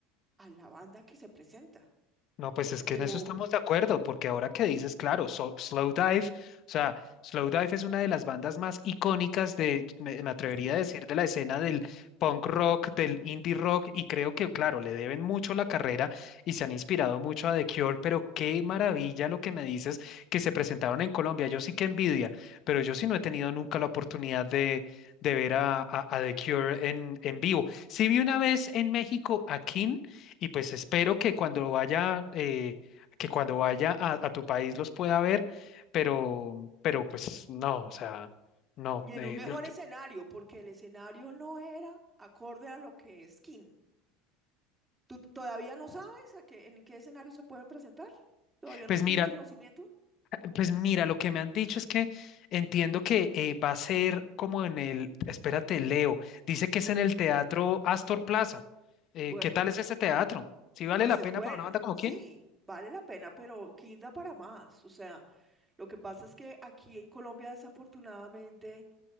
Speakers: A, on the right; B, on the left.
A: a la banda que se presenta.
B: No, pues es que
A: Pero
B: en eso estamos de acuerdo, porque ahora que dices, claro, so- Slow Dive, o sea, Slow Dive es una de las bandas más icónicas de, me, me atrevería
A: sí,
B: a decir, de la escena del punk rock, del indie rock, y creo que, claro, le deben mucho la carrera y se han inspirado mucho a The Cure, pero qué maravilla lo que me dices que se presentaron en Colombia. Yo sí que envidia, pero yo sí no he tenido nunca la oportunidad de, de ver a, a- a The Cure en, en vivo. Sí vi una vez en México a King y pues espero que cuando vaya, eh, que cuando vaya a, a tu país los pueda ver, pero, pero pues no, o sea, no.
A: y en
B: eh,
A: un mejor
B: yo- yo-
A: escenario, porque el escenario no era acorde a lo que es King. ¿Tú t- todavía no sabes a qué, en qué escenario se pueden presentar? ¿Todavía
B: pues
A: no tienes
B: mira,
A: conocimiento?
B: pues mira, lo que me han dicho es que entiendo que eh, va a ser como en el, espérate, Leo, dice que es en el Teatro Astor Plaza. Eh,
A: Bueno,
B: ¿qué tal es este teatro? ¿Sí vale
A: pues
B: la
A: es
B: pena
A: bueno,
B: para una banda como
A: sí,
B: quién?
A: vale la pena, pero quinda para más. O sea, lo que pasa es que aquí en Colombia desafortunadamente